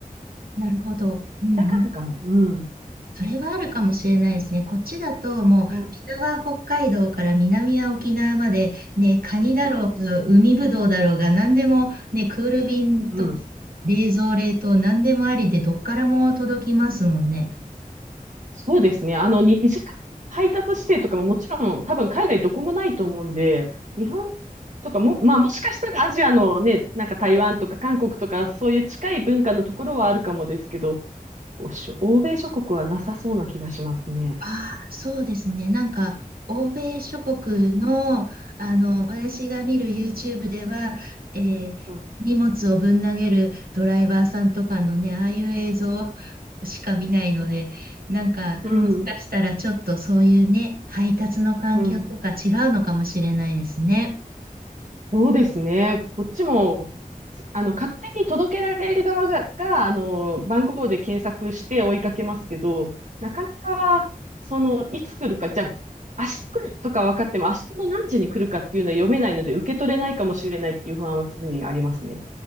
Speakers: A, on the right (about 85°); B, on the right (about 55°).
A: なるほど。うんうん
B: だからかも。うん。
A: それはあるかもしれないですね。こっちだともう北は北海道から南は沖縄までね、
B: うん、う
A: カニだろうが、
B: ん。
A: 海ぶどうだろうが、何でもね、クール便と
B: うん。
A: 冷蔵冷凍何でもありでどっからも届きますもんね。
B: そうですね。あの、二次配達指定とかももちろん、多分海外どこもないと思うんで、日本とかも、まあもしかしたらアジアのね、なんか台湾とか韓国とか、そういう近い文化のところはあるかもですけど、おしょ欧米諸国はなさそうな気がしますね。
A: ああ、そうですね。なんか、欧米諸国の、あの、私が見る YouTube では、えー荷物をぶん投げるドライバーさんとかのね、
B: うん。
A: ああいう映像しか見ないので、なんか、
B: うん。
A: もしかしたらちょっとそういうね、配達の環境とか違うのかもしれないですね。
B: うんそうですね。こっちも、あの、勝手に届けられる側が、が、あの、番号で検索して追いかけますけど、なかなか、その、いつ来るか、じゃあ、明日来るとか分かっても、明日の何時に来るかっていうのは読めないので、受け取れないかもしれないっていう不安は常にありますね。